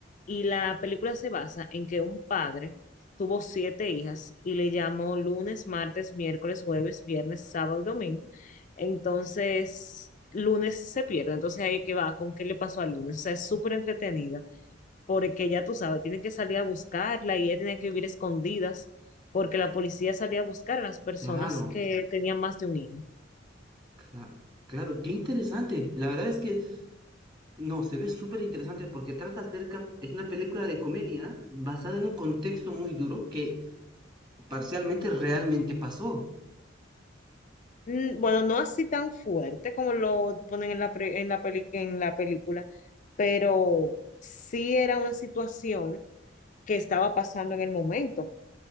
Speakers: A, on the left; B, on the right.
A: Y la película se basa en que un padre tuvo siete hijas y le llamó lunes, martes, miércoles, jueves, viernes, sábado y domingo. Entonces, lunes se pierde. Entonces ahí que va con qué le pasó al lunes. O sea, es súper entretenida porque ya tú sabes, tienen que salir a buscarla y ella tiene que vivir escondidas porque la policía salía a buscar a las personas
B: Claro,
A: que tenían más de un hijo.
B: cla- claro, qué interesante. La verdad es que no, se ve súper interesante porque trata acerca, es una película de comedia basada en un contexto muy duro que parcialmente realmente pasó.
A: Mm, Bueno, no así tan fuerte como lo ponen en la, pre- en la, peli- en la película, pero sí era una situación que estaba pasando en el momento,